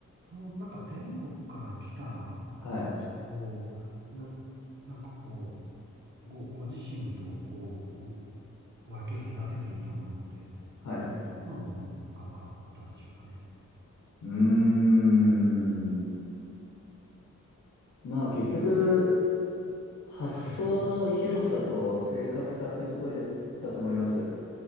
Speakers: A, on the right; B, on the left.
A: その、なんか全国から来た子たちと、
B: はい。
A: な、なんかこう、ご、ご自身とこ分け隔てていたものって、
B: はい。
A: ど、どんなものがあったんでしょうかね。
B: うーん。まあ結局、発想の広さと正確さっていうところでだと思います。
A: はい。